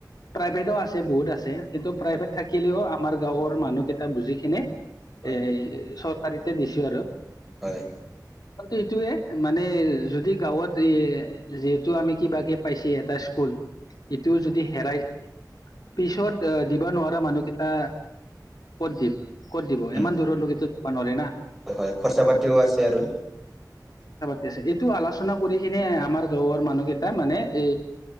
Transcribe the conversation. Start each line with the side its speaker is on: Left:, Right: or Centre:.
Left: প্ৰাইভেটো আছে বহুত আছে। কিন্তু প্ৰাইভেট
Centre: হয়
Left: থাকিলেও আমাৰ গাঁৱৰ মানুহকেইটা বুজিকিনে
Centre: হয়
Left: এ চৰকাৰীতে দিছো আৰু।
Centre: হয় হয়
Left: এইটোৱে মানে যদি গাঁৱত এ যিহেতু আমি কিবাকে পাইছ এটা স্কুল। ইটোও যদি হেৰাই পিছত এ দিব নোৱাৰা মানুহকেইটা ক'ত দিম। ক'ত দিব।
Centre: উম
Left: ইমান দূৰলৈকেত যাব নোৱাৰে না।
Centre: হয় হয় খৰচা পাতিও আছে আৰু।
Left: ঠিক আছে। এইটো আলোচনা কৰি কিনে আমাৰ গাঁৱৰ মানুহকেইটা মানে এ